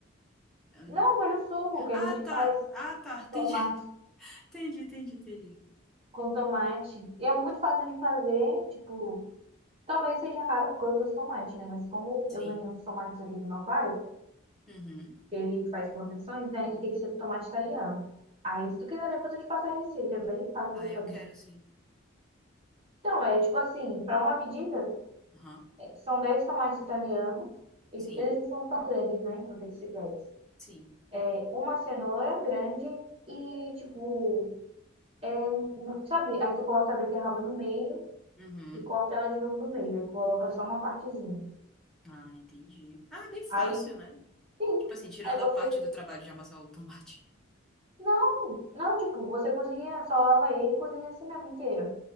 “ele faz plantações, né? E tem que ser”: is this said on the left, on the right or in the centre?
Right